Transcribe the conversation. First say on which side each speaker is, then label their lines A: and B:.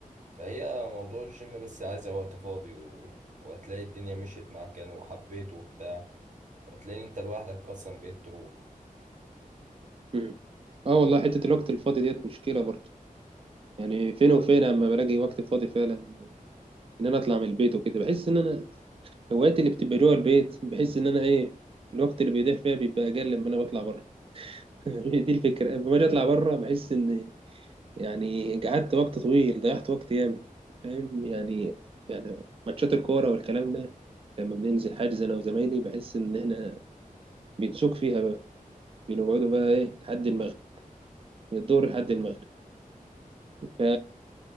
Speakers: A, on the right (about 55°); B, on the right (about 40°).
A: فهي موضوع الجيم بس عايزة وقت فاضي و... وهتلاقي الدنيا مشيت معاك يعني وحبيته وبتاع وهتلاقي انت لوحدك اصلا بقيت تروح
B: مم. اه والله حتة الوقت الفاضي ديت مشكلة برضه يعني فين وفين اما بلاقي وقت فاضي فعلا ان انا اطلع من البيت وكده بحس ان انا هواياتي اللي بتبقى جوه البيت بحس ان انا ايه الوقت اللي بيضيع فيها بيبقى اقل لما انا بطلع بره <laughs> هي دي الفكره لما باجي اطلع بره بحس ان يعني قعدت وقت طويل ضيعت وقت ياما فاهم يعني يعني ماتشات الكوره والكلام ده لما بننزل حاجز انا وزمايلي بحس ان احنا بنسوق فيها بقى بنقعدوا بقى ايه لحد المغرب من الظهر لحد المغرب ف